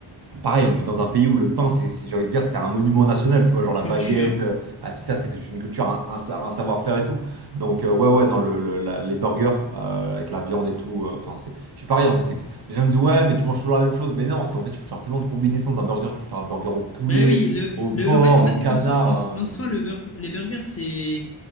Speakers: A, on the right (about 50°); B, on the left (about 30°).
A: pareil, on vit dans un pays où le pain, c'est, c'est- j'ai envie de dire, c'est un monument national, tu
B: c'est
A: vois, genre
B: une
A: la
B: culture.
A: baguette. euh, ah, c'est ça, c'était une culture, un, un sa- un savoir-faire et tout. Donc, euh, ouais, ouais, dans le, le- la- les burgers, euh, avec la viande et tout. euh, Enfin, c'est. Puis pareil, en fait, c'est que les gens me disent, ouais, mais tu manges toujours la même chose. Mais non, parce qu'en fait, tu peux faire tellement de combinaisons dans un burger. Tu peux faire un burger au poulet,
B: Ben oui, le,
A: au porc,
B: le, en fait, en fait,
A: au canard.
B: en soi, en,
A: euh,
B: en soi, le burg- les burgers, c'est,